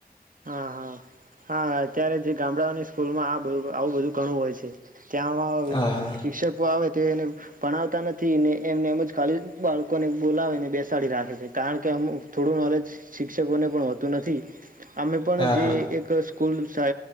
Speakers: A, on the right; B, on the left.
A: હા હા હા હા અત્યારે જે ગામડાઓની સ્કૂલમાં આ બધ આવું બધું ઘણું હોય છે ત્યાંમાં
B: હા હા
A: શિક્ષકો આવે તે એને ભણાવતા નથી ને એમને એમ જ ખાલી બાળકોને બોલાવેને બેસાડી રાખે છે કારણ કે અમ થોડું નોલેજ શિક્ષ કોને પણ હોતું નથી અમે પણ
B: હા
A: જે એક સ્કૂલ સા